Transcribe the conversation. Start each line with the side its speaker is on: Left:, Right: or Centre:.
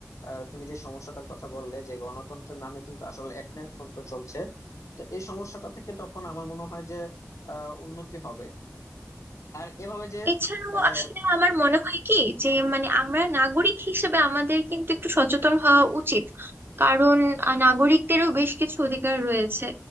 Left: আহ, তুমি যে সমস্যাটার কথা বললে যে গণতন্ত্রের নামে কিন্তু আসলে একনায়কতন্ত্র চলছে তো এই সমস্যাটা থেকে তখন আমার মনে হয় যে আহ, উন্নতি হবে আর এভাবে যে
Right: এছাড়াও
Left: আহ,
Right: আসলে আমার মনে হয় কি যে মানে আমরা নাগরিক হিসেবে আমাদের কিন্তু একটু সচেতন হওয়া উচিত কারণ আহ, নাগরিকদেরও বেশ কিছু অধিকার রয়েছে